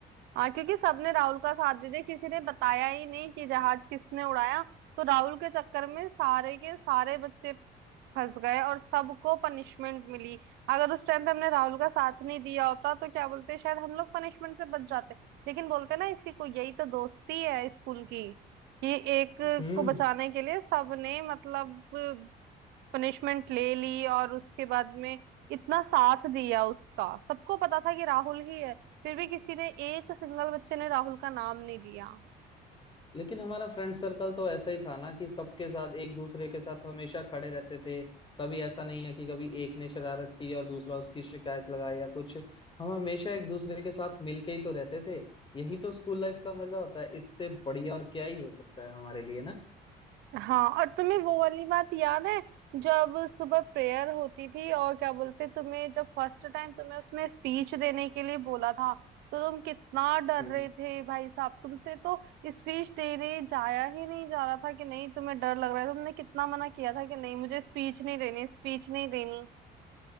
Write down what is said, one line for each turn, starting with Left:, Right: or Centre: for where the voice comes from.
Right: हाँ क्योंकि सबने राहुल का साथ दे दिया किसी ने बताया ही नहीं कि जहाज किसने उड़ाया तो राहुल के चक्कर में सारे के सारे बच्चे फंस गए और सबको पनिशमेंट मिली अगर उस टाइम पे हमने राहुल का साथ नहीं दिया होता तो क्या बोलते शायद हम लोग पनिशमेंट से बच जाते लेकिन बोलते ना इसी को यही तो दोस्ती है स्कूल की कि एक
Left: हम्म
Right: को बचाने के लिए सबने मतलब पनिशमेंट ले ली और उसके बाद में इतना साथ दिया उसका सबको पता था कि राहुल ही है फिर भी किसी ने एक सिंगल बच्चे ने राहुल का नाम नहीं लिया
Left: लेकिन हमारा फ्रेंड सर्कल तो ऐसा ही था ना कि सबके साथ एक दूसरे के साथ हमेशा खड़े रहते थे कभी ऐसा नहीं है कि कभी एक ने शरारत की और दूसरा उसकी शिकायत लगाई या कुछ हम हमेशा एक दूसरे के साथ मिलके ही तो रहते थे यही तो स्कूल लाइफ का मजा होता है इससे बढ़िया और क्या ही हो सकता है हमारे लिए ना
Right: हाँ और तुम्हें वो वाली बात याद है जब सुबह प्रेयर होती थी और क्या बोलते तुम्हें जब फर्स्ट टाइम तुम्हें उसमें स्पीच देने के लिए बोला था तो तुम कितना डर
Left: हम्म
Right: रहे थे भाई साहब तुमसे तो स्पीच देने जाया ही नहीं जा रहा था कि नहीं तुम्हें डर लग रहा है तुमने कितना मना किया था कि नहीं मुझे स्पीच नहीं देनी स्पीच नहीं देनी